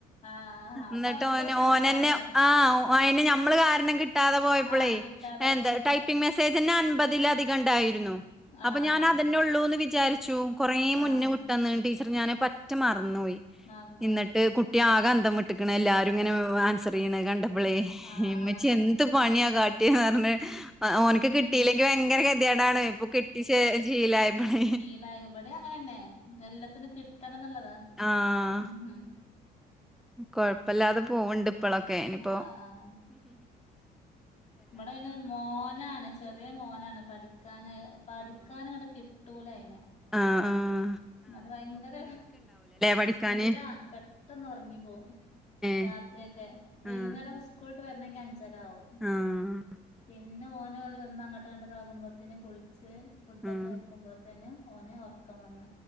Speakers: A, on the left (about 45°); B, in the centre.
A: ആഹ് അപ്പൊ
B: ന്നിട്ട്
A: അമ്മക്കൊരു
B: ഓന
A: സങ്കടാണേ
B: ഓനന്നെ ആ്ഓഅനേ ഞമ്മള് കാരണം കിട്ടാതെ പോയപ്പളേ.
A: ആഹ് കിട്ടാതെ
B: എന്താ
A: പോയി
B: ടൈപ്പിംഗ് മെസേജ് അന്നെ അൻ ബതിലധികംണ്ടായിരുന്നു അപ്പൊ
A: ആഹ്
B: ഞാൻ അതെന്നെ ഉള്ളൂന്ന് വിചാരി. ച്ചു കൊറേ മുനെ
A: ആഹ്
B: വിട്ടാന്നീനു ടീച്ചർ ഞ പറ്റ മാ. എന്നോയി
A: മറന്ന്
B: എന്നിട്ട് കുട്ടിയാകെ അന്തം വീട്ട്ക്ക്ണ് എല്ലാരും ഇങ്ങനെ ആൻസർ. ണ കണ്ടപളേ
A: ആഹ് ആഹ്
B: ഇമച്ചി
A: ആഹ്
B: എന്ത് പണിയാ കാ. കിട്ടിയന്ന് പറഞ് ഓനക്ക് കിട്ടിയില്ലെങ്കിൽ
A: ഉം
B: ഭയങ്കര ഗതികേടാണ് ഇപ്പൊ കിട്ടി ജീ ഷീലായപ്പളെ.
A: <unintelligible> ഇവിടെ അങ്ങനെ തന്നെ എല്ലത്തിനും കിട്ടണം എന്നുള്ളതാ
B: ആഹ്.
A: ഉം.
B: കൊഴപ്പല്ലാതെ പോവണ്ട് ഇപ്പോളൊക്കെ ഇനിപ്പോ.
A: ആഹ് ആഹ് ഇവിടെ പിന്നെ മോനാണ് ചെറിയ മോനാണ് പഠിക്കാ പഠിക്കാന് ഇങ്ങട് കി ട്ടൂലയനെ.
B: ആഹ ആ.
A: ന്നിട്ട് ഭയങ്കര
B: പഠിക്കാന്?
A: ഇല്ല പെട്ടെന്ന് ഒറങ്ങി പോവും.
B: ഏഹ്.
A: രാത്രിയൊക്കെ വൈകുന്നേരം
B: ആഹ്.
A: സ്‌കുള് ട്ട് വെരണങ്കിൽ അഞ്ചരാവും
B: ആഹ്
A: പിന്നെ ഓന ഓ ഒന്ന് അങ്ങട്ട് ഇങ്ങട്ട് ഇതാകുമ്പോത്തിന്. ച്ച് ഫുഡൊക്കെ
B: ആഹ്
A: കഴിക്കുമ്പോത്തേന് ഓന് ഒറക്കം വന്ന്.